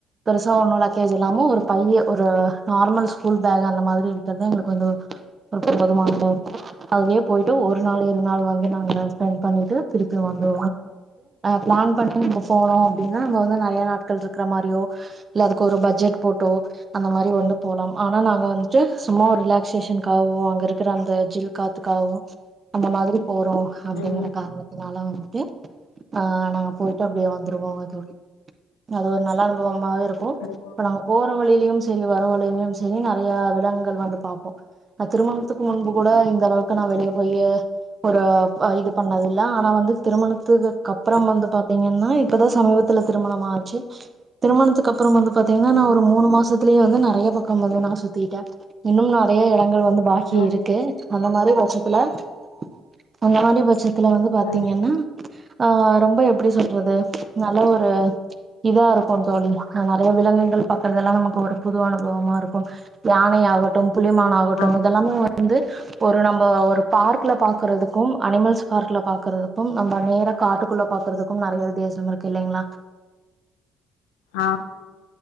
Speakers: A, on the right; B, on the left.
A: பெருசா ஒண்ணு லக்கேஜ் இல்லாம ஒரு பையி ஒரு நார்மல் ஸ்கூல் பேக்கு அந்த மாரி எடுத்ததுதா எங்களுக்கு ஒரு போதுமானதா இருக்கு அதுலயே போயிட்டு ஒரு நாள் இரு நாள் வங்க ஏன்னா நாங்க எக்ஸ்பேட் பண்ணிட்டு திருப்பி வந்து பிளான் பண்ணிட்டு போறோம்ன்னும் போது நெறைய நாட்கள் இர்குற மாரியோ இல்ல அதுக்கு ஒரு பட்ஜெட் போட்டோ அந்த மாரி வந்து போலா ஆனா நாங்க வந்துட்டு சும்மா ஒரு ரிலாக்ஸ் வெக்கேஷன்காகவு அங்க இருக்கிற அந்த ஜில் காத்துக்காகவு அந்த மாதிரி போறோ அப்டிங்குற
B: ம்
A: காரணத்தினால வந்து ம் ஆனா போயிட்டு அப்டியே வந்துருவாங்க தோழி அது ஒரு நல்ல அனுபவமே இருக்கு
B: ம்
A: இப்ப நாங்க போற வழியிலயும் செரி வர வழியிலயும் செரி நிறைய விலங்குகள் வந்து பாப்போம் திருமணத்துக்கு முன்பு கூட இந்த அளவுக்கு நா வெளிய போயி ஒரு இது பண்ணது ஆனா வந்து திருமணத்துக்கு கப்புறம் வந்து பாத்தீங்கன்னா இப்பதா சமீபத்துல திருமணம் ஆச்சு திருமணத்துக்குகப்புறம் அப்புறோ வந்து பாத்தீன்னா நா
B: ம்
A: ஒரு மூணு மாசத் துலியே வந்து நெறைய பக்கம் வந்து நா சுத்திட்டே இன்னும் நெறைய எடங்கள் வந்து பாக்கி
B: ம்
A: இருக்கு அந்த மாரி ஒர் <unintelligible> அந்த மாரி பட்சத்துல வந்து பாத்தீங்கன்னா
B: ம்
A: அ ரொம்ப எப்டி எப்புடி சொல்றது நல்ல ஒரு இதா இருக்கு தோழி நா நறைய விலங்கைகள் பாக்குறதெல்லா நமக்கு ஒரு புது அனுபவமா இருக்கு யானை ஆகட்டு புள்ளிமான் ஆகட்டு
B: ஆ
A: இது எல்லாமே வந்து ஒரு நம்ப ஒரு பார்க்கல பாக் பாக்கறதுக்கு அனிமல்ஸ் பாக்குறதுக்கு நம்ம நேர காட்டுக்குள்ள பாக்குறதுக்கு நறைய உத்தாசம் இருக்கு இல்லைங்ளா
B: ஆ